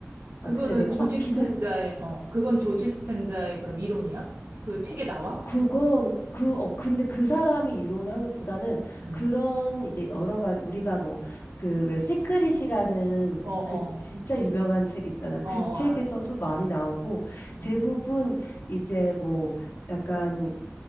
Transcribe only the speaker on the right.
그거는
조지
스펜자의, 어, 그건 조지 스펜자의 그럼 이론이야? 그 책에 나와?
응.
어, 어,
어, 어,
알아.
어,